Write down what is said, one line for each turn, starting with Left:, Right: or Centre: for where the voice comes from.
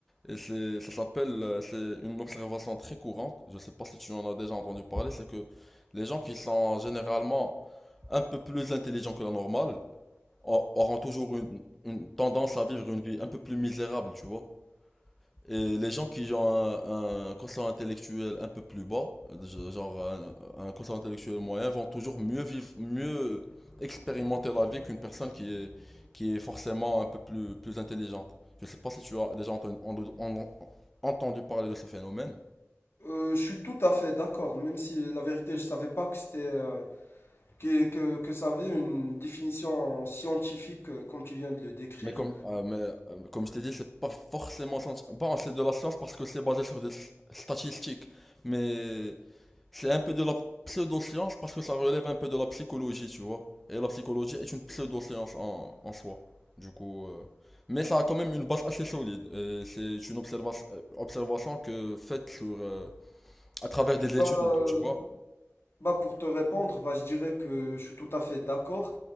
Centre: Et c'est, ça s'appelle, euh, c'est une observation très courante. Je sais pas si tu en as déjà entendu parler, c'est que les gens qui sont généralement un peu plus intelligents que la normale au- auront toujours une, une tendance à vivre une vie un peu plus misérable, tu vois. Et les gens qui ont un, un quotient intellectuel un peu plus bas, je- genre un, un quotient intellectuel moyen, vont toujours mieux vivre, mieux expérimenter la vie qu'une personne qui est, qui est forcément un peu plus, plus intelligente. Je sais pas si tu as déjà entendu, en- en- entendu parler de ce phénomène,
Left: Euh, je suis tout à fait d'accord, même si la vérité, je savais pas que c'était, euh, que, que, que ça avait une définition scientifique euh, comme tu viens de le décrire.
Centre: mais comme, euh, mais, euh, comme je t'ai dit, c'est pas forcément... scien- Bon, c'est de la science parce que c'est basé sur des s- statistiques, mais... C'est un peu de la pseudo-science parce que ça relève un peu de la psychologie, tu vois. Et la psychologie est une pseudo-science en, en soi. Du coup, euh, mais ça a quand même une base assez solide. Et c'est une observa- euh, observation que faite sur euh, à travers des
Left: Bah,
Centre: études
Left: euh,
Centre: et tout, tu vois.
Left: bah pour te répondre, bah, je dirais que je suis tout à fait d'accord.